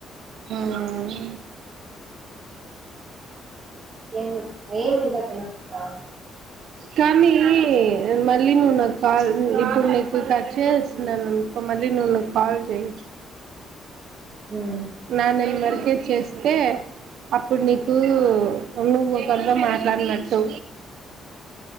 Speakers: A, on the right; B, on the right.
A: ఉమ్
B: ఏం ఏమి ఇంకా తినకుండా
A: కానీ మళ్ళీ నువ్ నాకు కాల్ ఇప్పుడు నీకు కట్ చేస్తున్నానుకో మళ్ళీ నువ్వు కాల్ చెయ్
B: టెన్
A: నా నెంబర్ కె చేస్తే అప్పుడు నీకు నువ్వెవరితో మాట్లాడినట్టు